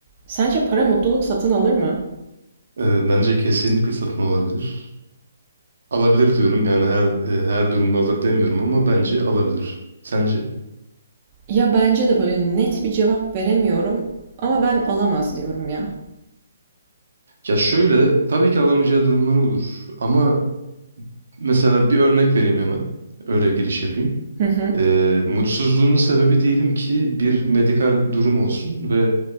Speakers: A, on the right; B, on the right.
A: Sence para mutluluk satın alır mı?
B: Ee, bence kesinlikle satın alabilir. Alabilir diyorum yani her e, her durumda alır demiyorum ama bence alabilir. Sence?
A: Ya bence de böyle net bir cevap veremiyorum ama ben alamaz diyorum ya.
B: Ya şöyle tabii ki alamayacağı durumlar olur ama mesela bir örnek vereyim hemen. Öyle giriş yapayım.
A: Hı hı.
B: Ee, mutsuzluğunun sebebi diyelim ki bir medikal durum olsun ve